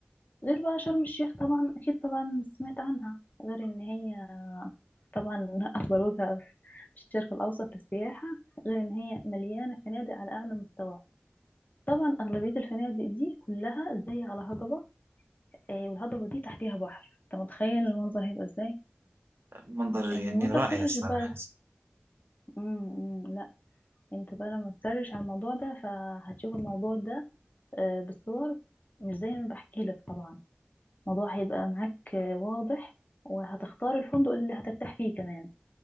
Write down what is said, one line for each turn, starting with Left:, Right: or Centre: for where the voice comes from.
Left: غير بقى شرم الشيخ طبعا أكيد طبعا سمعت عنها غير إن هي طبعا <laughs> أكبر وجهة في الشرق الأوسط للسياحة غير إن هي مليانة فنادق على أعلى مستوى طبعا أغلبية الفنادق دي كلها زي على هضبة آه، والهضبة دي تحتيها بحر أنت متخيل المنظر هيبقى إزاي
Right: المنظر
Left: آه،
Right: يعني
Left: وأنت
Right: رائع
Left: سهر
Right: صراحة
Left: بقى إمم، إمم. انت بقى لما تسرش على الموضوع ده فهتشوف الموضوع ده آه، بالصور مش زي ما بحكي لك طبعا الموضوع هيبقى معاك آه، واضح وهتختار الفندق اللي هترتاح فيه كمان